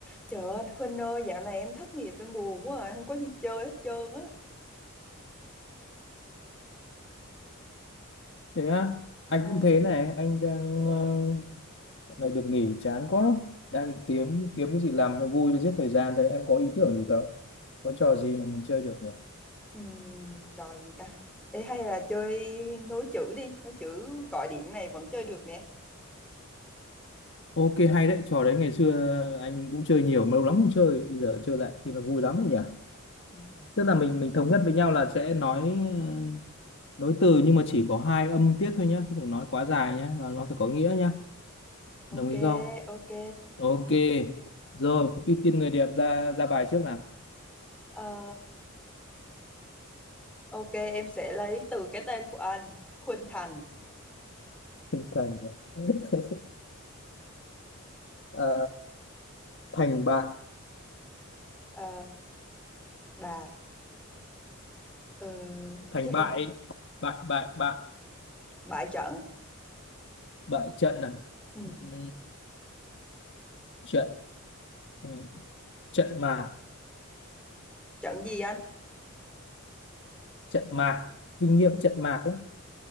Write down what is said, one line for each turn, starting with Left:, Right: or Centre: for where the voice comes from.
Centre: Trời ơi, anh Khuynh ơi, dạo này em thất nghiệp, em buồn quá rồi, không có gì chơi hết trơn á.
Left: thế á anh
Centre: Ờ,
Left: cũng thế này anh đang ờ, dạo này được nghỉ chán quá đang định kiếm kiếm cái gì làm cho vui để giết thời gian đấy em có ý tưởng gì không có trò gì mà mình chơi được nhỉ
Centre: ừm, trò gì ta? Ê, hay là chơi nối chữ đi, nối chữ gọi điện này vẫn chơi được nè.
Left: ok hay đấy trò đấy ngày xưa anh cũng chơi nhiều mà lâu lắm không chơi bây giờ chơi lại thì nó vui lắm rồi nhỉ
Centre: Ừm,
Left: tức là mình mình thống nhất với nhau là sẽ nói ờ, nối từ nhưng mà chỉ có hai âm tiết thôi nhá không được nói quá dài nhá và nó phải có nghĩa nhá
Centre: Ok,
Left: đồng ý không
Centre: ok.
Left: ok rồi ưu tiên người đẹp ra ra bài trước nào
Centre: Ờ, ok, em sẽ lấy từ cái tên của anh, Khuynh Thành,
Left: tinh thần à? <laughs> Ờ, thành bại
Centre: Ờ, Đạt, Ờ,
Left: thành
Centre: chết
Left: bại
Centre: rồi,
Left: bại bại bại
Centre: bại trận.
Left: bại trận à
Centre: Ừm,
Left: Ừm, trận ừ, trận mạc
Centre: trận gì anh?
Left: trận mạc kinh nghiệm trận mạc ấy